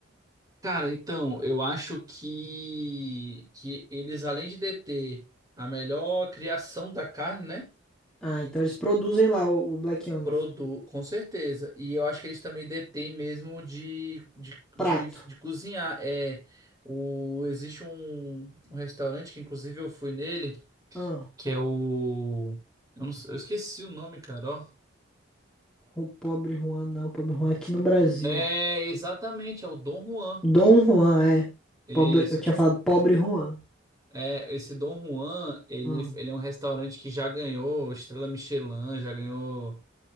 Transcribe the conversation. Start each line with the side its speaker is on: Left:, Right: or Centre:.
Right: Cara, então, eu acho que, que eles, além de deter a melhor criação da carne, né?
Centre: Ah, então eles produzem lá o, o Black Angus.
Right: Produ... Com certeza. E eu acho que eles também detêm mesmo de, de,
Centre: Prato.
Right: de, de cozinhar. É, o... Existe um, um restaurante que, inclusive, eu fui nele,
Centre: Ah,
Right: que é o. Eu, não sei- eu esqueci o nome, cara. Ó.
Centre: o pobre Juan, não, o pobre Juan é aqui no Brasil.
Right: É, exatamente, é o Dom Juan.
Centre: Dom Juan, é.
Right: Isso.
Centre: Pobre, eu tinha falado pobre Juan.
Right: É, esse Dom Juan, ele,
Centre: Ah.
Right: ele é um restaurante que já ganhou Estrela Michelin, já ganhou.